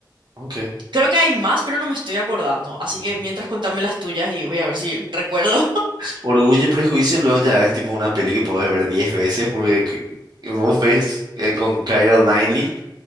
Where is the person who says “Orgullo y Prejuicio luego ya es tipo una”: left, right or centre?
Right